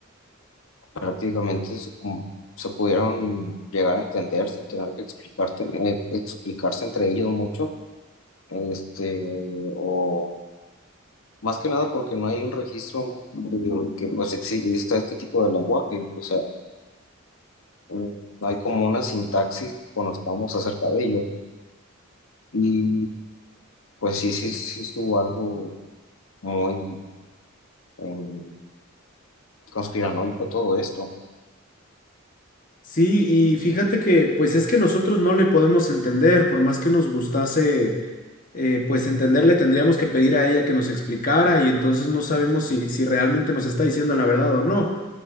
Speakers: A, on the left; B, on the left.
A: prácticamente se, como- se pudieron llegar a entender sin tener que explicarte, eh, explicarse entre ellos mucho este, o más que nada porque no hay un registro de que pues exista este tipo de lenguaje, o sea, mm, no hay como una sintaxis que conozcamos acerca de ello. Y pues sí, sí, sí estuvo algo muy em, conspiranoico todo esto.
B: Sí, y fíjate que pues es que nosotros no le podemos entender, por más que nos gustase eh, pues entenderle, tendríamos que pedir a ella que nos explicara y entonces no sabemos si, si realmente nos está diciendo la verdad o no.